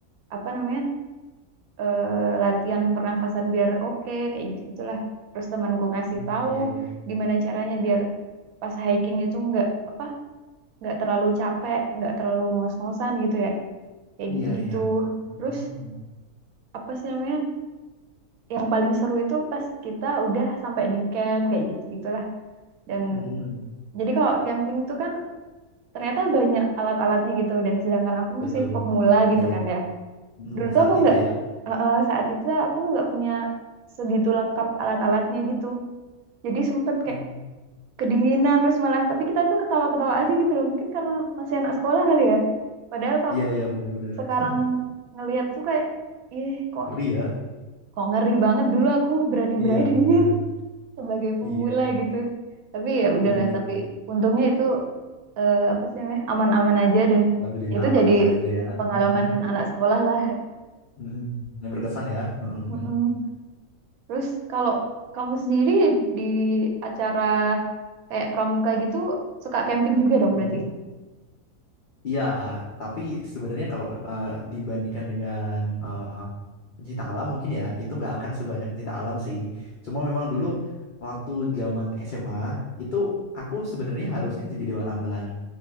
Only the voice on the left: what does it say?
hmm,
iya, iya.
Iya,
iya. Hmm,
hmm,
betul.
Iya.
Hmm,
saat
itu
ya.
Hmm.
Iya, iya benar-benar.
Ngeri ya.
Iya, benar.
Iya,
benar.
Alhamdulillah
aman-aman
aja ya.
Mm-mm.
Mm-mm. Yang berkesan ya. Mm-mm.
Mm-mm.
Iya, tapi sebenarnya kalau uh, dibandingkan dengan uh, pencinta alam mungkin ya itu nggak akan sebanyak pencinta alam sih. Cuma memang dulu waktu zaman SMA itu aku sebenarnya harusnya jadi dewan ambalan